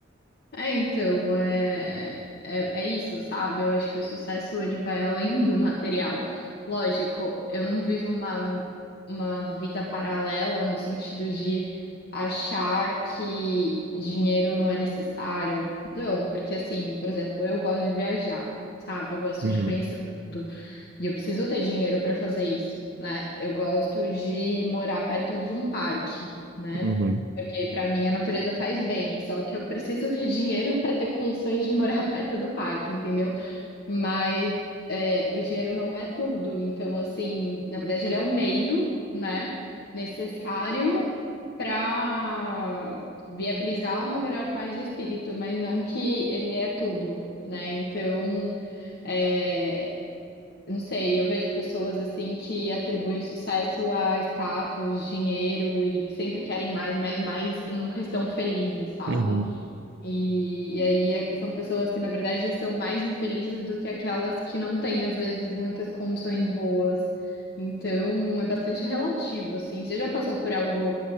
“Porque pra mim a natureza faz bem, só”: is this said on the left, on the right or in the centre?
Left